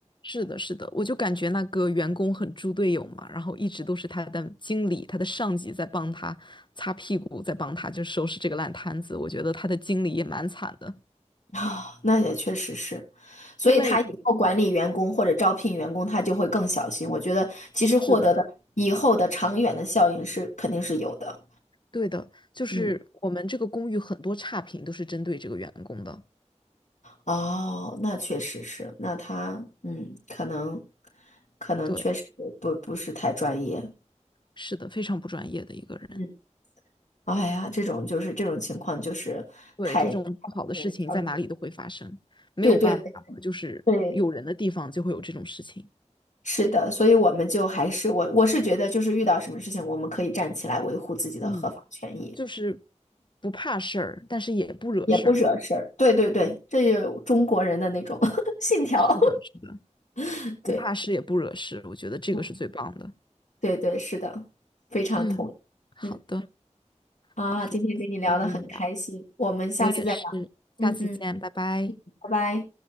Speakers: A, on the left; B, on the left.
A: 是的，是的，我就感觉那个员工很猪队友嘛，然后一直都是他的经理、他的上级在帮他擦屁股，在帮他就收拾这个烂摊子。我觉得他的经理也蛮惨的，
B: 啊，那也确实是，所以他以后管理员工或者招聘员工，
A: 因为
B: 他就会更小心。我觉得其实获得的以后的长远的效应是肯定是有的。
A: 是的，对的，就是我们这个公寓很多差评都是针对这个员工的。
B: 嗯，哦，那确实是，那他嗯，可能可能确实不不是太专业。
A: 对，是的，非常不专业的一个人。
B: 嗯，哎呀，这种就是这种情况就是太太
A: 对，这种不好的事情在哪里都会发生，
B: 让人伤心。
A: 没有办法，
B: 对对对
A: 就是有人的地方就会有这种事情。
B: 对，是的，所以我们就还是我我是觉得就是遇到什么事情，我们可以站起来维护自己的合法权益。
A: 嗯，就是不怕事儿，但是也不惹事儿。
B: 也不惹事儿。对对对，这就是中国人的那种 <laughs> 信条。
A: 是的，是的，
B: <laughs> 对，
A: 不怕事也不惹事，我觉得这个是最棒的。
B: 嗯对对，是的，非常同意。
A: 嗯，好的，
B: 嗯啊，
A: 好，很开心今天和你聊，
B: 今天跟你聊得很开心，我们下次再聊。
A: 我也是，
B: 嗯嗯，
A: 下次见，拜拜。
B: 拜拜。